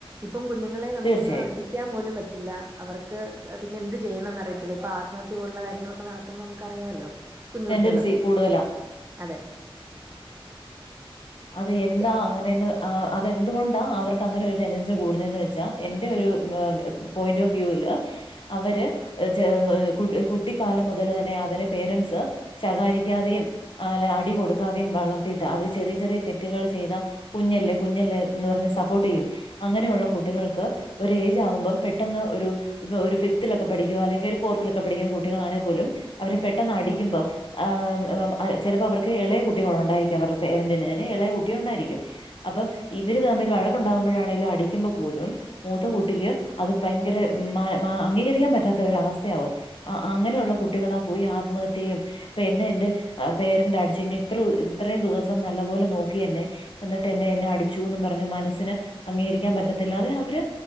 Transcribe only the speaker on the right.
ഇപ്പം കുഞ്ഞ്ങ്ങളെ നമുക്കൊന്ന്
അടി ക്ക്യാൻ പോലും പറ്റില്ല അവർക്ക് പിന്നെ എന്ത് ചെയ്യണന്ന് അറിയത്തില്ല ഇപ്പ ആത്മത്യ പോലുള്ള കാര്യങ്ങളൊക്കെ നട ക്ക്ന്ന നമുക്കറിയാലോ കുഞ്ഞു
കുട്ട്യേളൊക്കെ
അതെ
തെ
അതെ.